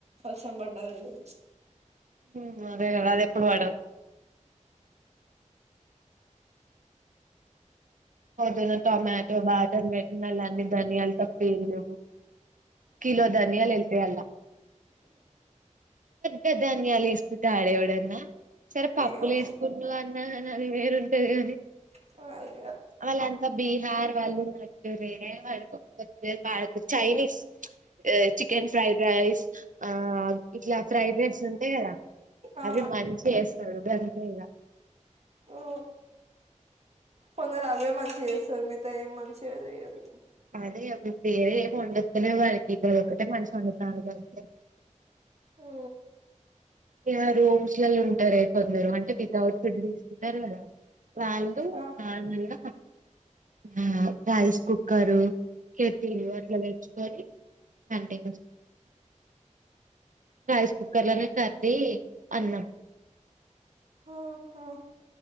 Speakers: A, on the right; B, on the right.
A: వర్షంబడ్డది.
B: ఉమ్ అదే కదా అదే ఎప్పుడు పడద్ పొద్దున్న టొమాటో బాజామ్ పెట్టిన లన్నీ ధనియాల్ తప్పే ఏమి లేవు కిలో ధనియాలు అయితాయి అంట ద ధనియాలు వాడేవడన్న సరే పప్పులు
A: ఏమో
B: వేసుకున్నా అన్నా కాని అది వేరుంటది గానీ
A: అ
B: వాళ్లంతా బీహార్ వాళ్ళున్న నువ్వే మనకు <unintelligible> చైైనీస్ చికెన్ ఫ్రైడ్ రైస్ ఆ ఇట్లా ఫ్రైడ్ రైస్ ఉంటాయి కదా
A: ఆ
B: అవి మంచి చేస్తాడు గంతే ఇగా
A: ఓ కొందరు అవే మంచిగా చేస్తారు మిగతా ఏం మంచిగా చేయదు
B: అదే వేరే ఏం వండద్దు వాకిప్పు ఒకటి మంచిగా వండుతా
A: ఉ
B: ఇలా రూమ్స్ లో ఉంటార కొందరు అంటే వితౌట్ ఫుడ్ తీసుకుంటారు కదా వాళ్ళు
A: ఆ
B: నాలుల ఆ రైస్ కుక్ కారు కిటీలు అట్లా పెంచుకొని వన్ <unintelligible> రైస్ కుక్కర్లోనే కది అన్నం
A: ఆహా